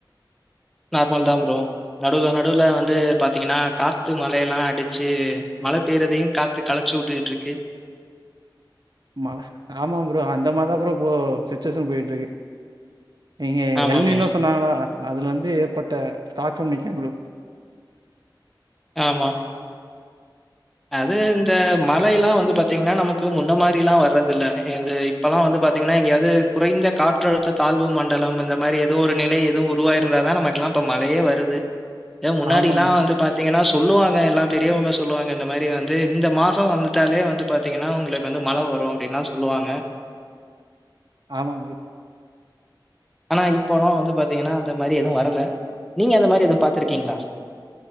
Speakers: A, in the centre; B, on the right.
A: நார்மல் தா ப்ரோ நடுவுல நடுவுல வந்து பாத்தீங்கனா காத்து மழையெல்லா அடிச்சு மழ பெய்றதையு காத் கு கலச்சு உட்டுக்கிட்டு இருக்கு
B: மா ஆமா ப்ரோ அந்த மாத் தா ப்ரோ சிச்சுவேஸன் போய்ட்டு இருக்கு நீங்க
A: ஆமாங்க
B: எல்னி இன்னு சொன்னாங்களா அதுல இந்து ஏற்பட்ட தாக்கம்மு நிக்கு ப்ரோ
A: ஆமா அது இந்த மழைலா வந்து பாத்தீங்னா நமக்கு முன்ன மாரில்லா வர்றதில்ல எதை இப்பல்லா வந்து பாத்தீங்கனா எங்கியாது குறைந்த காற்றழுத்த தாழ்வு மண்டலம் இந்த மாரி எதோ ஒரு நிலை எதூ உருவாயிருந்தாதா நம க்குலா இப்ப மழையே வருது இதே முன்னாடிலா
B: ஆமா ப்ரோ
A: வந்து பாத்தீங்கனா சொல்லுவாங்க எல்லா பெரியவுங்க சொல்லுவாங்க இந்த மாரி வந்து இந்த மாசோ வந்துட்டாலே வந்து பாத்தீங்கனா உங்ளுக்கு வந்து மழ வரு அப்டின்லா சொல்லுவாங்க
B: ஆமா ப்ரோ
A: ஆனா இப்போலா வந்து பாத்தீங்கனா அந்த மாரி எதூ வரல நீங்க அந்த மாரி எதூ பாத்திருக்கீங்ளா